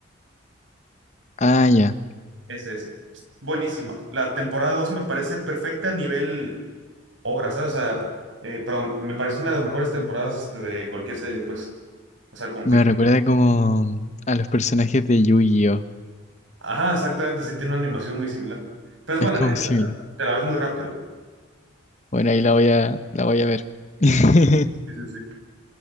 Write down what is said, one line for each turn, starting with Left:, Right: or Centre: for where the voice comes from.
Left: Ah, ya.
Right: Ese, ese. Buenísima. La temporada 2 me parece perfecta a nivel obra, ¿sabes? O sea, eh, perdón, me parece una de las mejores temporadas este, de cualquier serie, pues. O sea, compite.
Left: Me recuerda como a los personajes de Yu-Gi-Oh!
Right: Ajá, exactamente, sí, tiene una animación muy similar. Pero es
Left: Es
Right: buena,
Left: como
Right: ¿eh? Esta-
Left: similar.
Right: Te la ves muy rápido.
Left: Bueno, ahí la voy a, la voy a ver. <laughs>
Right: Sí, sí, sí.